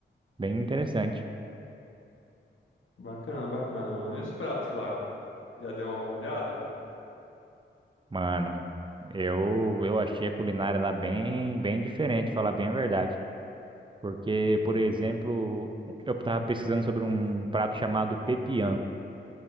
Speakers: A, on the right; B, on the left.
A: bem interessante.
B: bacana, bacana, mano. E os pratos lá? Já deu uma olhada?
A: Mano, eu, eu achei a culinária lá bem, bem diferente, falar bem a verdade. Porque, por exemplo, eu estava pesquisando sobre um prato chamado pepian.